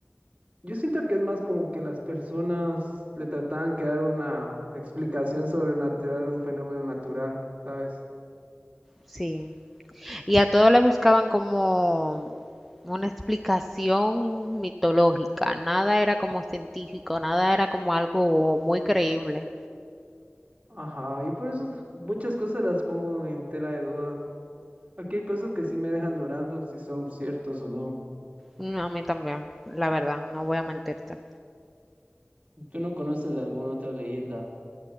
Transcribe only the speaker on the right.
Yo siento que es más como que las personas le trataban que dar una explicación sobrenatural a un fenómeno natural, ¿sabes?
Ajá, yo por eso muchas cosas las pongo en tela de duda. Aquí hay cosas que sí me dejan durando si son ciertos o no.
¿Tú no conoces de alguna otra leyenda?